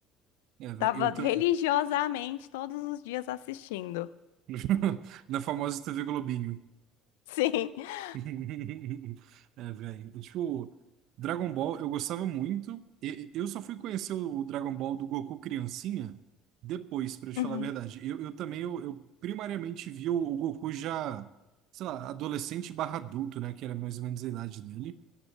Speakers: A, on the right (about 60°); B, on the left (about 80°).
A: É, véi,
B: Tava
A: eu
B: religiosamente
A: tô...
B: todos os dias assistindo.
A: <laughs> Na famosa TV Globinho.
B: Sim. <laughs>
A: <laughs> É, velho. É, Tipo, Dragon Ball eu gostava muito. E- Eu só fui conhecer o Dragon Ball do Goku criancinha depois, pra te
B: Uhum.
A: falar a verdade. Eu, eu também, eu, eu primariamente vi o, o Goku já, sei lá, adolescente barra adulto, né? Que era mais ou menos a idade dele.